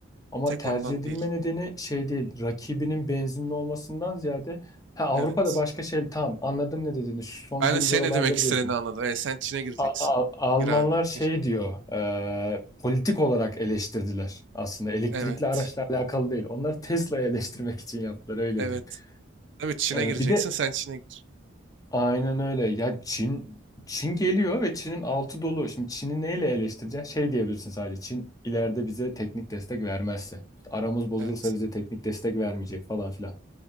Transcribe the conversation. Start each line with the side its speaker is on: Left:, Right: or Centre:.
Left: Ama
Right: Tek
Left: tercih
Right: ondan
Left: edilme
Right: değil.
Left: nedeni şey değil, rakibinin benzinli olmasından ziyade ha, Avrupa'da
Right: Evet.
Left: başka şey tamam anladım ne dediğini şu son
Right: Ben
Left: güncel
Right: de senin
Left: olayları
Right: ne demek istediğini
Left: diyorsun.
Right: anladım. Evet, sen Çin'e gireceksin.
Left: A- A- Almanlar
Right: Gir abi
Left: şey
Right: gir.
Left: diyor e, politik olarak eleştirdiler aslında elektrikli
Right: Evet.
Left: araçla alakalı değil. Onları Tesla'yı eleştirmek için yaptılar öyle
Right: Evet.
Left: diyeyim.
Right: Tabii Çin'e
Left: E,
Right: gireceksin
Left: bir de
Right: sen Çin'e gir.
Left: Aynen öyle. Ya Çin Çin geliyor ve Çin'in altı dolu. Şimdi Çin'i neyle eleştireceksin? Şey diyebilirsin sadece. Çin ileride bize teknik destek vermezse. İşte aramız bozulursa
Right: Evet.
Left: bize teknik destek vermeyecek falan filan.